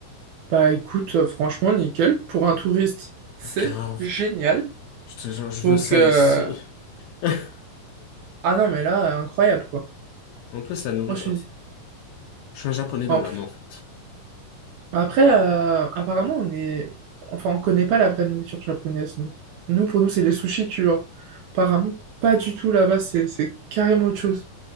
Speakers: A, on the right; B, on the left.
A: Bah écoute, euh, franchement, nickel. Pour un touriste, c'est
B: Grave.
A: génial.
B: Je te jure, je veux
A: Donc,
B: ça
A: euh,
B: ici. <laughs>
A: ah non, mais là, euh, incroyable quoi.
B: En plus, la nourriture,
A: Moi, je suis.
B: je suis un japonais dans
A: En
B: l'âme,
A: plus...
B: en fait.
A: Après, euh, apparemment, on est. Enfin, on connaît pas la vraie nourriture japonaise, nous. Nous, pour nous, c'est les sushis, tu vois. Apparemment, pas du tout là-bas, c'est c'est carrément autre chose.